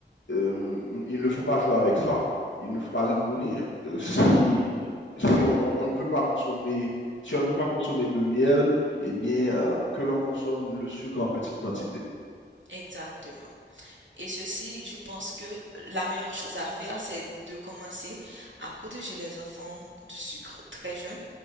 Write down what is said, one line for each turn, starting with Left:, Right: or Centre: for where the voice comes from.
Left: euh, il ne faut pas jouer avec cela. Il ne faut pas rigoler, hein. Euh, Si, si on, on- on ne peut pas consommer, si on ne peut pas consommer de miel, eh bien, euh, que l'on consomme le sucre en petite quantité.
Right: exactement. Et ceci, je pense que la meilleure chose à faire, c'est de commencer à protéger les enfants du sucre très jeunes,